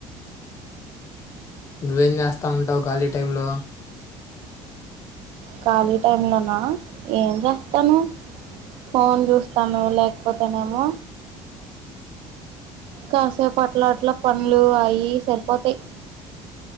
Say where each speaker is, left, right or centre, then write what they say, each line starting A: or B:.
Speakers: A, on the left; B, on the right.
A: నువ్వేం చేస్తా ఉంటావు ఖాళీ టైమ్లో
B: ఖాళీ టైలోనా ఏం చేస్తాను ఫోన్ చూస్తాను లేకపోతేనేమో కాసేపు అట్లా అట్ల పంలు అయి సరిపోతాయి